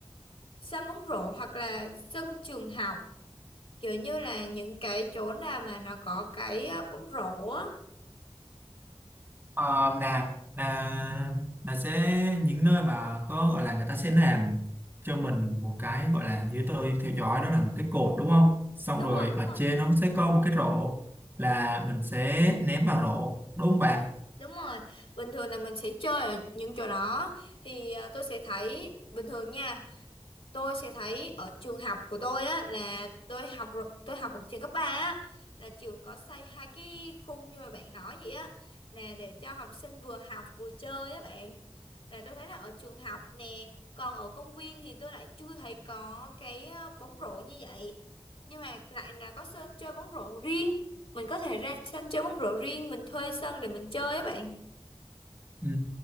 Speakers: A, on the left; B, on the right.
A: sân bóng rổ hoặc là sân trường học kiểu như là những cái chỗ nào mà nó có cái ờ, bóng rổ á
B: Ờ, là là là sẽ những nơi mà có gọi là người ta sẽ làm cho mình một cái gọi là như tôi theo dõi đó là một cái cột đúng không xong
A: đúng
B: rồi
A: rồi đúng
B: ở
A: rồi
B: trên nó sẽ có một cái rổ là mình sẽ ném vào rổ đúng không bạn
A: đúng rồi bình thường là mình sẽ chơi ở những chỗ đó thì ờ, tôi sẽ thấy bình thường nha tôi sẽ thấy ở trường học của tôi á là tôi học rồi- tôi học ở trường cấp 3 á là trường có xây hai cái khung như mà bạn nói vậy á nè để cho học sinh vừa học vừa chơi á bạn là tôi thấy là ở trường học nè còn ở công viên thì tôi lại chưa thấy có cái ờ, bóng rổ như vậy nhưng mà lại là có sân chơi bóng rổ riêng mình có thể ra sân chơi bóng rổ riêng mình thuê sân để mình chơi á bạn
B: Ừ.